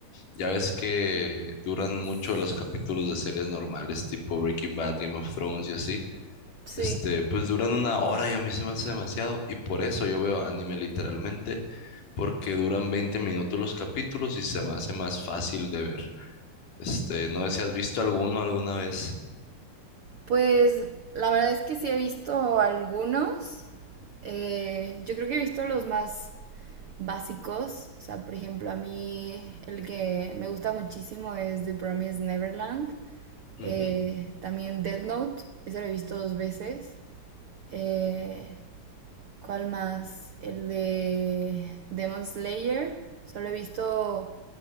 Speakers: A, on the left; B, on the right.
A: ya ves que duran mucho los capítulos de series normales, tipo Breaking Bad, Game of Thrones y así.
B: Sí,
A: Este, pues duran una hora y a mí se me hace demasiado. Y por eso yo veo anime literalmente, porque duran 20 minutos los capítulos y se me hace más fácil de ver. Este, no sé si has visto alguno alguna vez.
B: Pues la verdad es que sí he visto algunos. Eh, yo creo que he visto los más básicos. O sea, por ejemplo, a mí el que me gusta muchísimo es The Promised Neverland.
A: Ujú.
B: Eh, también Death Note. Ese lo he visto dos veces. Eh, ¿Cuál más? El de Demon Slayer. Solo he visto